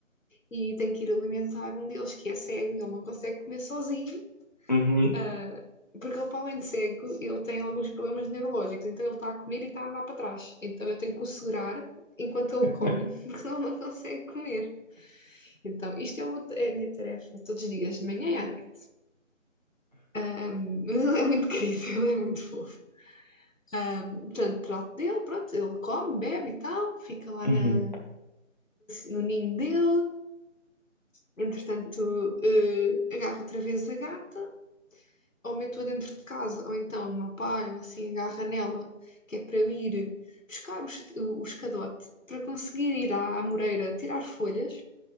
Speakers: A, on the left (about 70°); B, on the left (about 35°).
A: e tenho que ir alimentar um deles que é cego e ele não consegue comer sozinho,
B: uhum,
A: ah, porque ele, para além de cego, ele tem alguns problemas neurológicos, então ele está a comer e está a andar para trás. Então eu tenho que o segurar enquanto
B: <laughs>
A: ele come, <laughs> porque senão ele não consegue comer. Então isto é, uma, é a minha tarefa todos os dias, de manhã e à noite. Ah, mas ele é muito querido, <laughs> ele é muito fofo. Ahm, portanto, trato dele, pronto, ele come, bebe e tal, fica lá
B: uhum.
A: na, no, no ninho dele. Entretanto, eh, agarro outra vez a gata, ou meto-a dentro de casa, ou então o meu pai, ou assim, agarra nela, que é para eu ir buscar o, o escadote, para conseguir ir à, à Moreira tirar folhas,